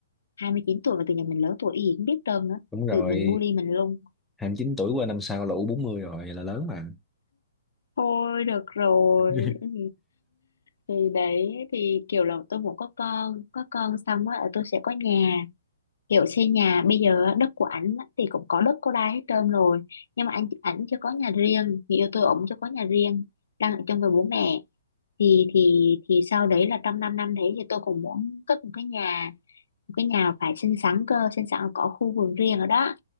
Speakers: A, on the left; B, in the centre.
A: 29 tuổi mà tự nhiên mình lớn tuổi gì cũng biết trơn nữa
B: đúng rồi
A: tự mình bully mình luôn
B: hai mươi chín tuổi qua năm sau là u bốn mươi rồi là lớn mà
A: thôi được rồi
B: <laughs>
A: Ừ. thì đấy thì kiểu là tôi muốn có con có con xong á ờ, tôi sẽ có nhà kiểu xây nhà bây giờ á, đất của ảnh á, thì cũng có đất có đai hết trơn rồi nhưng mà anh ảnh chưa có nhà riêng người yêu tôi ổng chưa có nhà riêng đang ở chung với bố mẹ thì thì thì sau đấy là trong 5 năm năm đấy thì tôi cũng muốn cất một cái nhà một cái nhà phải xinh xắn cơ xinh xắn là có khu vườn riêng ở đó